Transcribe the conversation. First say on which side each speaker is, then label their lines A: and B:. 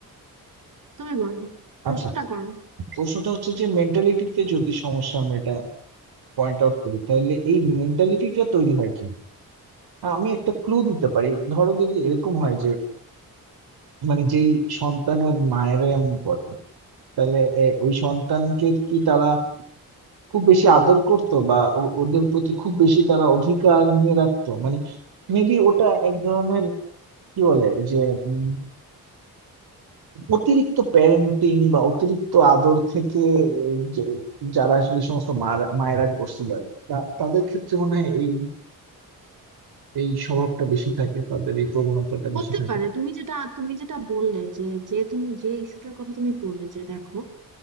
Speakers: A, on the right (about 55°); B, on the right (about 75°).
A: তুমি বলো প্রশ্নটা
B: আচ্ছা
A: করো
B: প্রশ্নটা হচ্ছে যে মেন্টালিটিতে যদি সমস্যা আমরা এটা পয়েন্ট আউট করি তাহলে এই মেন্টালিটিটা তৈরি হয় কি হ্যাঁ, আমি একটা ক্লু দিতে পারি ধরো যদি এরকম হয় যে মানে যেই সন্তান ওর মায়ের এমন করে তাহলে এ, ওই সন্তানকে কি তারা খুব বেশি আদর করতো বা ও- ওদের প্রতি খুব বেশি তারা অধিকার নিয়ে রাখতো মানে মেবি ওটা এক ধরনের কি বলে যে উম, অতিরিক্ত প্যারেন্টিং বা অতিরিক্ত আদর থেকে উম, যে যারা যে সমস্ত মার- মায়েরা করছিল আর কি, তা- তাদের ক্ষেত্রে মনে হয় এই এই স্বভাবটা বেশি থাকে তাদের এই প্রবণতাটা
A: হতে
B: বেশি থাকে
A: পারে তুমি যেটা তুমি যেটা বললে যে যে তুমি যে ইস্যুটার কথা তুমি বললে যে দেখো